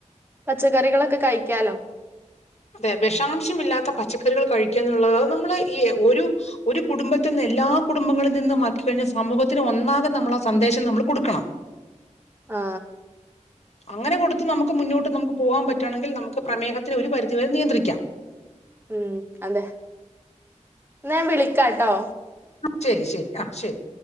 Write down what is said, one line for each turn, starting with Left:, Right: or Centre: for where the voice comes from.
Right: പച്ചക്കറികളൊക്കെ കഴിക്കാലോ.
Left: അതേ വിഷാമ്ശമില്ലാത്ത പച്ചക്കറികള് കഴിക്കുകാന്നുള്ളത് നമ്മള് ഈ ഒരു കുടുംബത്തിന്ന് എല്ലാ കുടുംബങ്ങളിൽ നിന്നുമാക്കി കഴിഞ്ഞാൽ സമൂഹത്തിനൊന്നാകെ നമ്മളാ സന്ദേശം നമ്മള് കൊടുക്കണം.
Right: ആ
Left: അങ്ങനെ കൊടുത്തു നമുക്കു മുന്നോട്ടു നമുക്ക് പോകാൻ പറ്റുവാണെങ്കിൽ നമ് ക്ക് പ്രമേഹത്തിനെ ഒരു പരിധി വരെ നിയന്ത്രിക്കാം.
Right: ഉം അതേ. ന്നാ ഞാൻ വിളിക്കാട്ടോ.
Left: ശരി ശരി ആ ശരി.